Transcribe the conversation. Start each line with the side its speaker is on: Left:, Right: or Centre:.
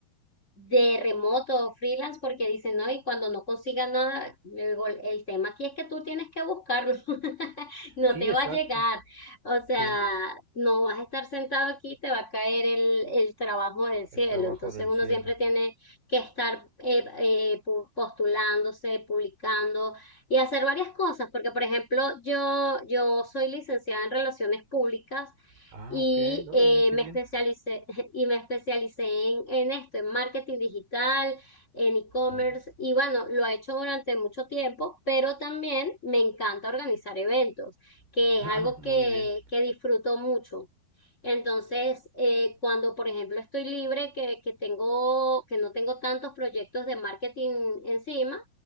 Left: de remoto o freelance porque dicen, no, y cuando no consiga nada, le digo, el tema aquí es que tú tienes que buscarlo, <laughs> no
Right: Sí,
Left: te va
Right: exacto.
Left: a llegar, o sea,
Right: Sí,
Left: no vas a estar sentado aquí, te va a caer el, el trabajo del cielo,
Right: el trabajo
Left: entonces
Right: del
Left: uno
Right: cielo.
Left: siempre tiene que estar eh, eh, pu- postulándose, publicando y hacer varias cosas, porque por ejemplo, yo, yo soy licenciada en relaciones públicas
Right: Ah,
Left: y
Right: ok, órale,
Left: eh,
Right: qué
Left: me
Right: bien.
Left: especialicé y me especialicé en, en esto, en marketing digital, en e-commerce
Right: Oh,
Left: y bueno, lo he hecho durante mucho tiempo, pero también me encanta organizar eventos, que
Right: <laughs>
Left: es
Right: ah,
Left: algo
Right: muy
Left: que,
Right: bien.
Left: que disfruto mucho. Entonces, eh, cuando, por ejemplo, estoy libre, que, que tengo, que no tengo tantos proyectos de marketing encima,